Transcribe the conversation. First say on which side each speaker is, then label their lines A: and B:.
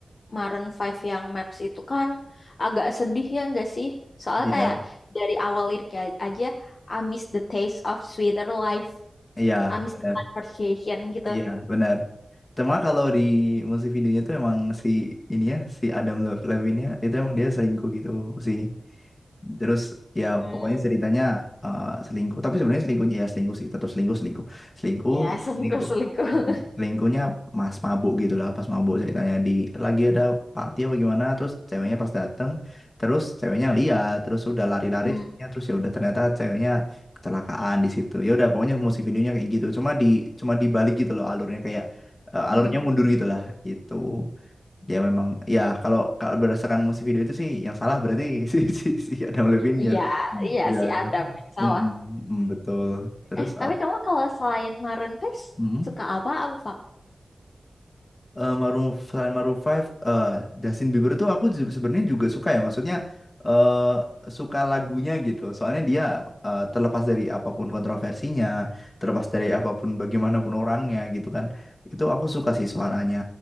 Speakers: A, on the left; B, on the left.
A: Maroon five yang Maps itu kan agak sedih ya nggak sih? Soalnya
B: Iya,
A: kayak dari awal liriknya aja, I miss the taste of sweeter life,
B: Iya,
A: I miss
B: benar.
A: the conversation gitu.
B: Iya, benar. Cuma kalau di musik videonya tuh emang si ini ya, si Adam Lev- Levine-nya itu emang dia selingkuh gitu sih. Terus ya
A: Hmm.
B: pokoknya ceritanya eh, selingkuh, tapi sebenarnya selingkuhnya ya selingkuh sih, tetap selingkuh selingkuh. Selingkuh,
A: Ya, selingkuh-selingkuh.
B: selingkuh. Hmm.
A: <laughs>
B: Selingkuhnya mas mabuk gitu lah, pas mabuk ceritanya di lagi ada party apa gimana, terus ceweknya pas dateng, terus ceweknya lihat, terus udah lari-lari,
A: Hmm.
B: ceweknya, terus ya udah ternyata ceweknya kecelakaan di situ. Ya udah pokoknya musik videonya kayak gitu, cuma di cuma dibalik gitu loh alurnya kayak eh, alurnya
A: Mm-mm.
B: mundur gitu lah gitu ya memang ya kalau kalau berdasarkan musik video itu sih yang salah berarti <laughs> si si si Adam Levine
A: Iya,
B: ya sih
A: iya
B: iya
A: si
B: ya
A: Adam yang salah.
B: Mm, mm, mm, betul terus
A: Eh, tapi kamu kalau selain Maroon 5
B: apa
A: suka apa, Abu Fa?
B: eh Maroon, selain Maroon Five, eh Justin Bieber tuh aku ju- sebenarnya juga suka ya. Maksudnya eh suka lagunya gitu. Soalnya dia eh, terlepas dari apapun kontroversinya, terlepas dari apapun bagaimanapun orangnya gitu kan. Itu aku suka sih suaranya.